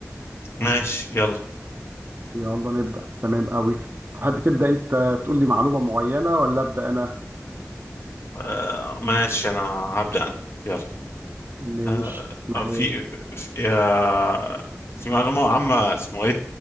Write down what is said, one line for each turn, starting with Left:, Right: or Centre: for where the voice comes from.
Left: ماشي يلا
Right: يلا نبدأ تمام قوي تحب تبدأ انت تقول لي معلومه معينه ولا أبدأ انا
Left: آه ماشي انا هبدأ انا يلا
Right: مش
Left: آه
Right: معاك
Left: آه، في في, يا- في معلومة عامة اسمه ايه